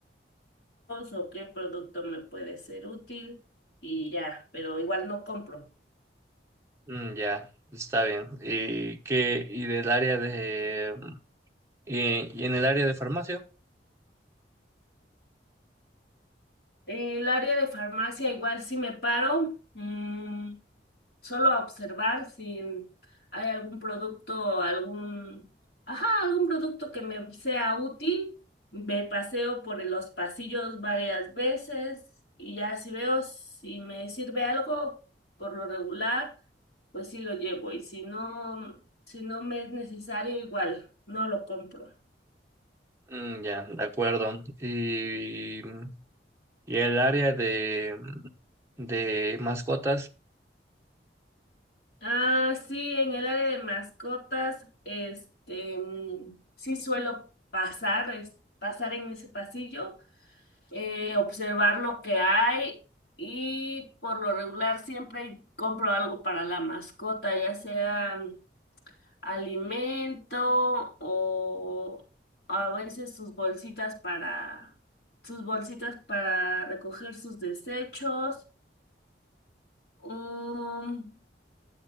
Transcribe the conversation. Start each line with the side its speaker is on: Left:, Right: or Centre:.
Left: o qué producto me puede ser útil y ya, pero igual no compro.
Right: mm, ya, está bien. ¿Y qué? ¿Y del área de... mm, y, y en el área de farmacia?
Left: En el área de farmacia igual sí me paro. mm, solo a observar si hay algún producto, algún, ajá, algún producto que me sea útil. Me paseo por los pasillos varias veces y ya si veo si me sirve algo por lo regular, pues sí lo llevo y si no, si no me es necesario, igual no lo compro.
Right: Mm, ya, de acuerdo. Y... Y el área de, mm, de mascotas.
Left: Ah, sí, en el área de mascotas, este, mm, sí suelo pasar, es, pasar en ese pasillo eh, observar lo que hay y por lo regular siempre compro algo para la mascota, ya sea mm, alimento o a veces sus bolsitas para sus bolsitas para recoger sus desechos um,